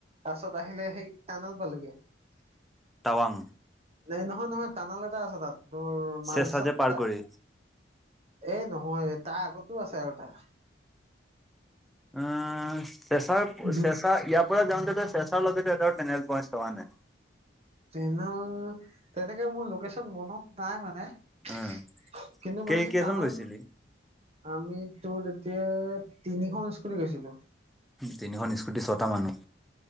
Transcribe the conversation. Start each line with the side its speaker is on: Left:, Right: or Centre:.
Right: তাৰছত আহিলে সেই তামাং পালোগে।
Centre: টাৱাং।
Right: এই নহয় নহয় টানাল এটা আছে তাত তোৰ মাজ
Centre: চেঁচা
Right: ৰাস্তাত।
Centre: যে পাৰ কৰি
Right: এ নহয় তাৰ আগতো আছে আৰু এটা।
Centre: অ', চেঁচাৰ চেঁচা
Right: দু
Centre: ইয়াৰ পৰা যাওঁতে তই চেঁচাৰ লগে তই এটা টেনেল পইণ্ট চোৱা নাই।
Right: তেনেল তেনেকে মোৰ লোকেশচন মনত নাই মানে। কিন্তু
Centre: উম কেই
Right: মানে সেই
Centre: কেইজন
Right: টানাল
Centre: গৈছিলি
Right: আমিটো তেতিয়া তিনিখন স্কুটি গৈছিলো
Centre: তিনিখন স্কুটি ছটা মানুহ